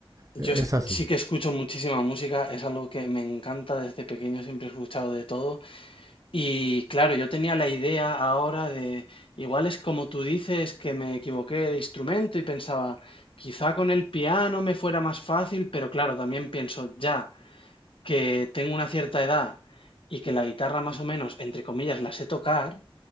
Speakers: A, on the right (about 35°); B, on the left (about 65°).
A: eh,
B: Yo es-
A: es así.
B: sí que escucho muchísima música, es algo que me encanta desde pequeño, siempre he escuchado de todo. Y claro, yo tenía la idea ahora de, igual es como tú dices, que me equivoqué de instrumento y pensaba, quizá con el piano me fuera más fácil, pero claro, también pienso ya que tengo una cierta edad y que la guitarra más o menos, entre comillas, la sé tocar,